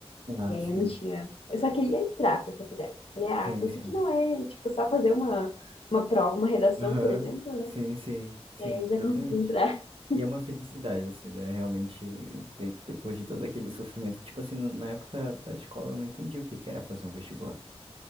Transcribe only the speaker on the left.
E aí
eu não tinha. Eu só queria entrar pra faculdade. Falei, ah,
por
que que não é, tipo, só fazer uma, uma prova, uma redação,
por exemplo, né?
Daí já
consegui entrar. <laughs>